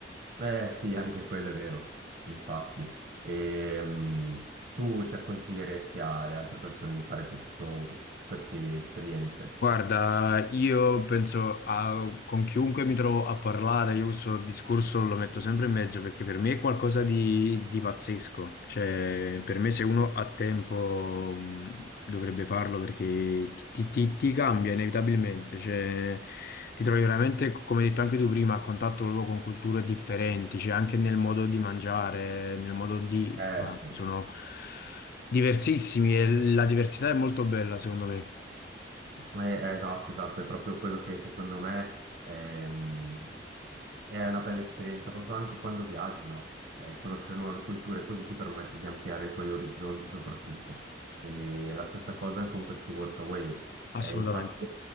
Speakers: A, on the right; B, on the left.
A: Eh sì, anche quello è vero, infatti. Ehm, tu, cioè, consiglieresti alle altre persone di fare questo, quest- queste esperienze?
B: Guarda, io penso a, con chiunque mi trovo a parlare, io questo discorso lo metto sempre in mezzo perché per me è qualcosa di, di pazzesco. Cioè, per me se uno ha tempo mh, dovrebbe farlo perché ti, ti- ti- ti cambia inevitabilmente. Cioè, ti trovi veramente, co- come hai detto anche tu prima, a contatto proprio con culture differenti, cioè anche nel modo di mangiare, nel modo di...
A: Eh
B: fare,
A: sì.
B: Sono diversissimi e la diversità è molto bella, secondo me.
A: Eh, eh, esatto, esatto, è proprio quello che secondo me ehm, è una bella esperienza, proprio anche quando viaggi, no? Eh, conoscere nuove culture così ti permette di ampliare i tuoi orizzonti soprattutto. E la stessa cosa con questi workaway.
B: Assolutamente.
A: Eh, infatti